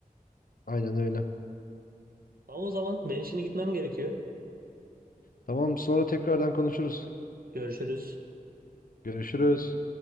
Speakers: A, on the left; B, on the right.
A: aynen öyle.
B: Ama o zaman ben şimdi gitmem gerekiyor.
A: Tamam sonra tekrardan konuşuruz.
B: Görüşürüz.
A: Görüşürüz.